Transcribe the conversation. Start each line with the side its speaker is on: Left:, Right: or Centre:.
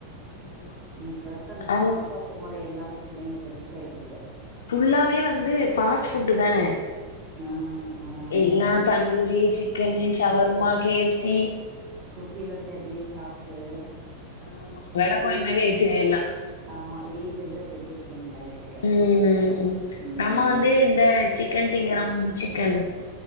Left: ஆமா.
Right: இப்ப இருக்க அந்த
Left: அங்
Right: சாப்பாட்டு முறை எல்லாமே பிள்ளைங்க பெருசாய்டுதுக
Left: ஃபுல்லாவே வந்து ஃபாஸ்ட் ஃபுட்டு தான
Right: ம் ம்
Left: எல்லா tandoori chicken shawarma K F C
Right: குட்டிலர்ந்தே அப்டியே சாப்ட்டு
Left: ஆமா வெடக்கோழி
Right: ஏ
Left: மாரி ஆயிட்டு எல்லா
Right: ஆமா ஏஜ விட பெரிய பிள்ளைங்களா இருக்குக
Left: ம்
Right: ம்
Left: நம்ம வந்து இந்த சிக்கன் திங்கரம் சிக்கன்